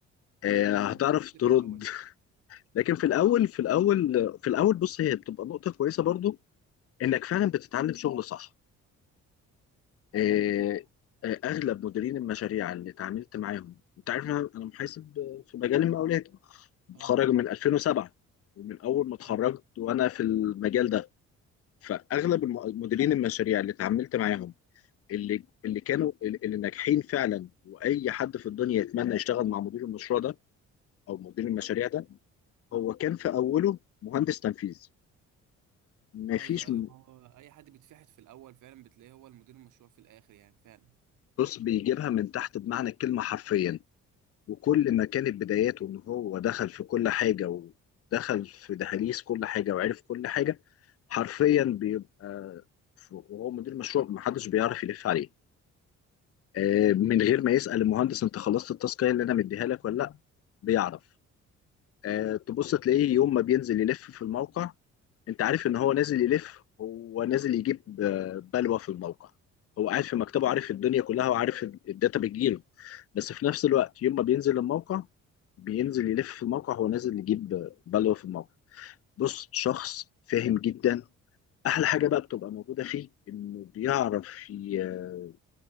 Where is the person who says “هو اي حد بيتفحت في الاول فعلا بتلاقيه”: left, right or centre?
Right